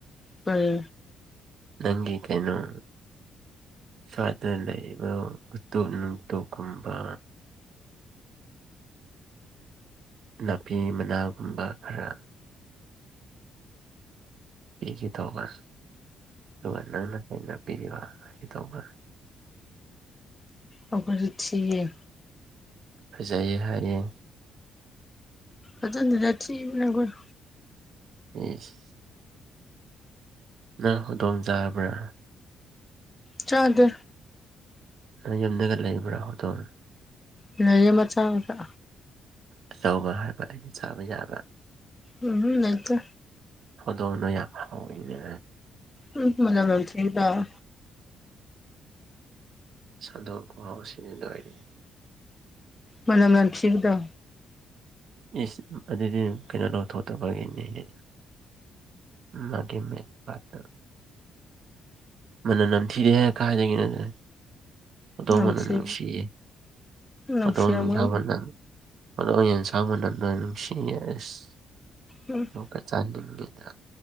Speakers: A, on the left; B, on the right.
A: ꯀꯩ
B: ꯅꯪꯒꯤ ꯀꯩꯅꯣ ꯎꯝ ꯁꯋꯥꯗ ꯂꯩꯔꯤꯕ ꯎꯇꯨꯞ ꯅꯨꯡꯇꯨꯞ ꯀꯨꯝꯕ ꯅꯥꯄꯤ ꯃꯅꯥꯒꯨꯝꯕ ꯈꯔ ꯄꯤꯒꯦ ꯇꯧꯕ ꯑꯗꯨꯒ ꯅꯪꯅ ꯀꯩꯅꫭ ꯄꯤꯔꯤꯕ <unintelligible> ꯍꯥꯏ ꯇꯧꯕ
A: ꯑꯣꯈꯁꯨ ꯊꯤꯌ‌ꯦ
B: ꯐꯖꯩ ꯍꯥꯏꯌꯦ
A: ꯑꯗꯨꯅ ꯅꯊꯤ <inaudible>
B: ꯏꯁ ꯅꯪ ꯍꯧꯗꯣꯡ ꯆꯥꯕ꯭ꯔꯥ
A: ꯆꯥꯗꯦ
B: ꯅꯪ ꯌꯨꯝꯗꯒ ꯂꯩꯕ꯭ꯔꯥ ꯍꯧꯗꯣꯡ
A: ꯂꯩꯌꯦ ꯃꯆꯥ ꯃꯆꯥ
B: ꯑꯆꯧꯕ ꯍꯥꯏꯕꯅꯦ ꯆꯥꯕ ꯌꯥꯕ
A: ꯎꯝ ꯍꯝ ꯂꯩꯇꯦ
B: ꯍꯧꯗꯣꯡꯗꯣ ꯌꯥꯝ ꯍꯥꯎꯏꯅꯦ
A: ꯎꯝ ꯃꯅꯝ ꯅꯝꯊꯤꯕꯗꯣ
B: ꯏꯁ ꯍꯟꯗꯣꯡ ꯈꯨꯍꯥꯎꯁꯤꯗꯤ ꯂꯣꯏꯔꯦꯍꯦ
A: ꯃꯅꯝ ꯅꯝꯊꯤꯕꯗꯣ
B: ꯏꯁ ꯑꯗꯨꯗꯤ ꯀꯩꯅꯣ ꯂꯧꯊꯣꯛꯇꯕꯒꯤꯅꯤꯅꯦ ꯃꯥꯒꯤ ꯃꯤꯠ <unintelligible> ꯃꯅꯝ ꯅꯝꯊꯤꯖꯦ ꯀꯥꯏꯗꯒꯤꯅꯣ ꯑꯗꯨꯅ ꯍꯧꯗꯣꯡ
A: ꯅꯝꯊꯤ
B: ꯃꯅꯝ ꯅꯨꯡꯁꯤꯌꯦ
A: ꯅꯨꯡꯁꯤꯔꯝꯒꯅꯤ
B: ꯍꯧꯗꯣꯡ ꯏꯟꯁꯥꯡ ꯃꯅꯝ ꯍꯧꯗꯣꯡ ꯌꯦꯟꯁꯥꯡ ꯃꯅꯝ ꯂꯣꯏ ꯅꯨꯡꯁꯤꯌꯦ ꯑꯁ
A: ꯎꯝ
B: ꯑꯃꯨꯛꯀ ꯆꯥꯅꯤꯡꯉꯤꯗ